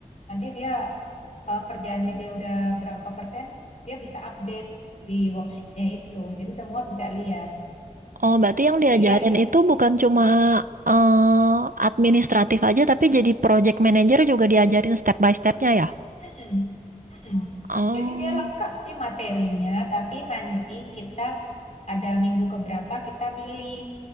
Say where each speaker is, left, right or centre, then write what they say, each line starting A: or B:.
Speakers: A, on the left; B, on the right.
A: Nanti dia eh, kerjaannya dia udah berapa persen, dia bisa update di worksheetnya itu. Jadi semua bisa lihat. Gitu.
B: Oh, berarti yang
A: Seru
B: diajarin
A: ya?
B: itu bukan cuma eh, administratif aja tapi jadi project manager juga diajarin step by stepnya ya.
A: Mm-mm, mm-mm.
B: Oh,
A: Jadi dia lengkap sih materinya, tapi nanti kita ada minggu keberapa kita milih,